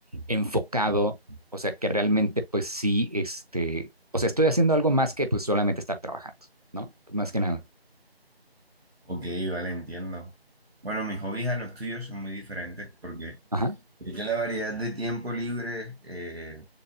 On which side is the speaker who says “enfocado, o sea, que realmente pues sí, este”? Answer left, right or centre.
Right